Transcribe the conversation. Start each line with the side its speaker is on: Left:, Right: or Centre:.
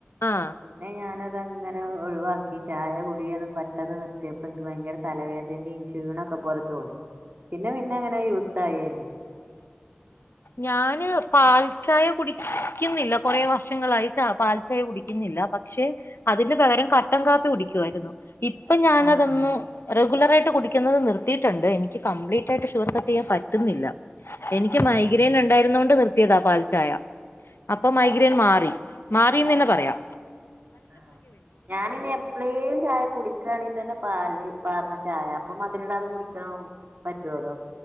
Left: ആ
Right: പിന്നെ ഞാനത് അങ്ങനെ ഒഴിവാക്കി ചായ കൂടിയത് പറ്റത് നിർത്തിയെപ്പോ ഇൻക്ക് ഭയങ്കര തലവേദനീം ക്ഷീണൊക്കെ ഒക്കപോലെ തോന്നി പിന്നെ പിന്നെ അങ്ങനെ യൂസ്ഡായി അയിന്
Left: ഞാന് പാൽചായ കുടിക്ക്ന്നില്ല കൊറേ വർഷങ്ങളായി ച പാൽ ചായ കുടിക്കുന്നില്ല ല്ലാ പക്ഷെ അതിന്ന് പകരം കട്ടൻ കാപ്പി കുടിക്കുവായിരുന്നു ഇപ്പൊ ഞാനതൊന്നു
Right: ആഹ്
Left: റെഗുലർ ആയിട്ട് കുടിക്കുന്നത് നിർത്തീട്ടൊണ്ട് എനിക്ക് കംപ്ലീറ്റയിട്ട് ഷുഗർ കട്ടീയ്യാൻ പറ്റുന്നില്ല
Right: പറ്റുന്നില്ലല്ലേ
Left: എനിക്ക് മൈഗ്രെൻ ഉണ്ടായിര്ന്നൊണ്ട് നിർ ത്തിയത പാൽച്ചായ അപ്പൊ മൈഗ്രൈൻ മാറി മാറിന്നന്നെ പറയാ
Right: ആ ഞാനിനി എപ്ലേലും ചായ കുടിക്കാണെതന്നെ പാലിൽ പാർന്ന ചാ ചായ അപ്പൊ മധുരടാതെ കുടിക്കാൻ പറ്റോലോ